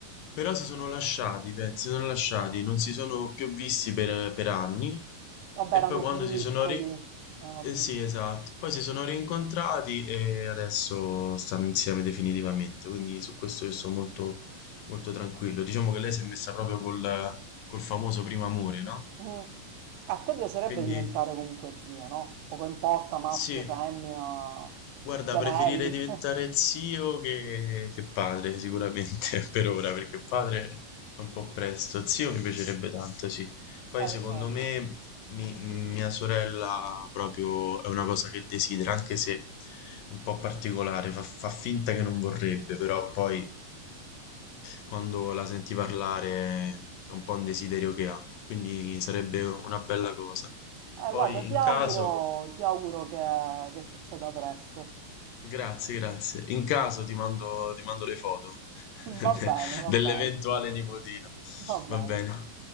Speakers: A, on the left (about 80°); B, on the right (about 85°).
A: però si sono lasciati, pensi, si sono lasciati, non si sono più visti per, per anni
B: Vabbè,
A: e
B: erano
A: poi quando
B: piccoli,
A: si sono ri...
B: erano
A: eh,
B: piccoli.
A: sì, esatto, poi si sono rincontrati e adesso stanno insieme definitivamente, quindi su questo io sto molto, molto tranquillo. Diciamo che lei si è messa proprio col, col famoso primo amore, no?
B: Mm. A te piacerebbe
A: Quindi...
B: diventare comunque zio, no? Poco importa maschio,
A: Sì,
B: femmina,
A: guarda,
B: gemelli.
A: preferirei diventare
B: <laughs>
A: zio che, che padre, sicuramente, <laughs> per ora, perché padre è un po' presto. Zio mi piacerebbe tanto, sì. Poi
B: Eh,
A: secondo
B: immagino.
A: me mi- mia sorella proprio è una cosa che desidera, anche se è un po' particolare, fa, fa finta che non vorrebbe, però poi quando la senti parlare è un po' un desiderio che ha, quindi sarebbe una bella cosa.
B: Eh,
A: Poi
B: guarda, ti
A: in
B: auguro,
A: caso...
B: ti auguro che, che succeda presto.
A: Grazie, grazie. In caso ti mando, ti mando le foto
B: <laughs>
A: <laughs>
B: Va
A: de-
B: bene,
A: dell'eventuale
B: va bene,
A: nipotino.
B: va
A: Va
B: bene.
A: bene.